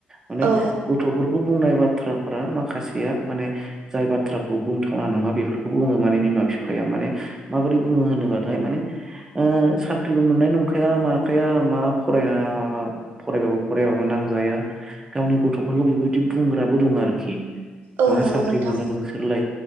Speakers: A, on the right (about 15°); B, on the right (about 85°).
A: माने
B: औ
A: गथ'फोरखौ बुंनाय बाथ्राफोरा माखासेया माने जाय बाथ्रा खौ बुंथावना नङा बेफोरखौ बुङो माने बिमा-फिफाया माने माबोरै बुङो होनोबाथाय माने ओ ओ साख्रिबो मोननाय नंखाया माखाया मा फरायना फरायबाबो फरायबाबो नांजाया गावनि गथ'फोरखौ बेबायदि बुंग्राबो दं आरोखि।
B: औ
A: मा
B: नंगौ
A: साख्रि
B: नोंथां
A: मोनो नोंसोरलाय?